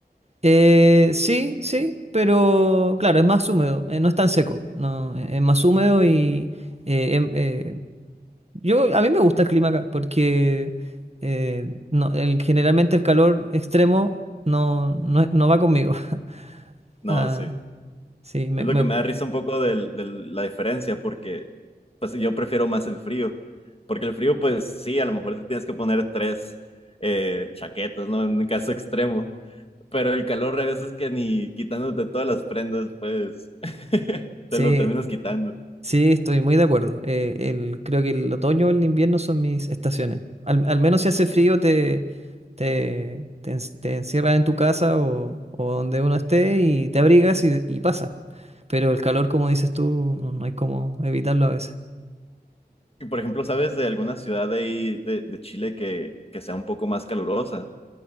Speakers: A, on the right; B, on the left.
A: Eh, sí, sí, pero claro, es más húmedo, eh, no es tan seco, no, es más húmedo y... eh, em- eh, Yo, a mí me gusta el clima acá porque eh, no, el, generalmente el calor extremo no, no, no va conmigo. <laughs> Ah,
B: No, sí.
A: sí, me,
B: Es
A: me-
B: lo que me da risa un poco de la diferencia, porque pues yo prefiero más el frío, porque el frío, pues sí, a lo mejor te tienes que poner tres eh, chaquetas, ¿no? En un caso extremo, pero el calor a veces que ni quitándote todas las prendas, pues <laughs> te
A: sí,
B: lo terminas quitando.
A: sí, estoy muy de acuerdo. Eh, el, creo que el otoño o el invierno son mis estaciones. Al, al menos si hace frío te, te, te, en- te encierras en tu casa o, o donde uno esté y te abrigas y, y pasa. Pero el calor, como dices tú, no, no hay cómo evitarlo a veces.
B: Y por ejemplo, ¿sabes de alguna ciudad de ahí de, de Chile que, que sea un poco más calurosa?